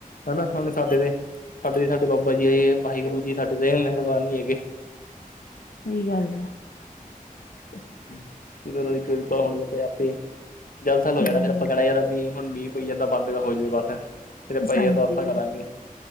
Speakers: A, on the left (about 70°); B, on the left (about 80°).
A: ਹਨਾ ਹੁਣ ਸਾਡੇ ਤੇ ਸਾਡੇ- ਸਾਡੇ ਬਾਬਾ ਜੀ ਹੈ ਵਾਹਿਗੁਰੂ ਜੀ ਸਾਡੇ ਤਾਂ ਮਿਹਰਬਾਨ ਨੀ ਹੈਗੇ।
B: ਸਹੀ ਗੱਲ ਹੈ।
A: ਤੇ ਉਹਨਾਂ ਦੀ ਚਿੰਤਾ ਹੋਣੀ ਆ ਤੇ ਆਪੇ। ਜਲਥਲ ਹੋ
B: ਹਮ
A: ਜਾਣਾ ਫਿਰ ਆਪਾਂ ਕਹਿਣਾ ਯਾਰ ਮੀਂਹ ਪਈ ਜਾਂਦਾ ਬੰਦ ਹੋ ਜਾਵੇ ਬਸ। ਭਾਈ
B: ਹਾਂਜੀ
A: ਅਰਦਾਸਾਂ ਕਰਾਂਗੇ